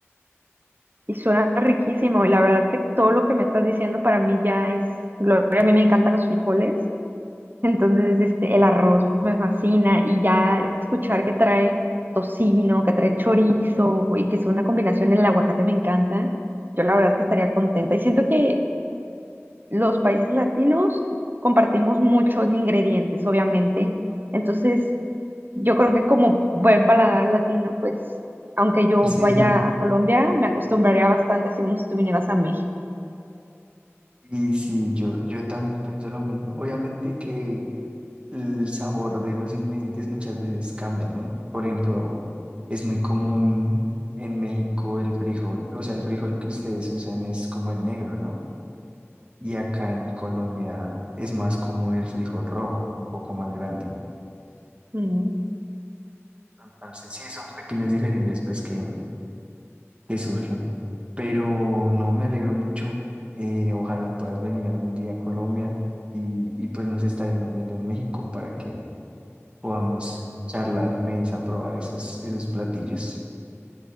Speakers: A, on the right (about 45°); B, on the right (about 25°).
A: y suena riquísimo, y la verdad que todo lo que me estás diciendo para mí ya es gloria. A mí me encantan los frijoles, entonces este, el arroz me fascina y ya escuchar que trae tocino, que trae chorizo y que es una combinación, en el aguacate me encanta. Yo la verdad que estaría contenta y siento que los países latinos compartimos muchos ingredientes, obviamente. Entonces, yo creo que como buen paladar latino, pues, aunque yo
B: Sí,
A: vaya a Colombia, me acostumbraría bastante, así como si tú vinieras a México.
B: Y sí, yo, yo también pienso lo mismo. Obviamente que el sabor de los ingredientes muchas veces cambia, ¿no? Por ejemplo, es muy común en México el frijol, o sea, el frijol que ustedes usan es como el negro, ¿no? Y acá en Colombia es más común el frijol rojo, un poco más grande.
A: Mm,
B: Entonces, sí, son pequeñas diferencias, pues que, que surgen. Pero no, me alegro mucho. eh, ojalá puedas venir algún día a Colombia y, y pues nos estaremos viendo en México para que podamos charlar y me des a probar esos, esos platillos.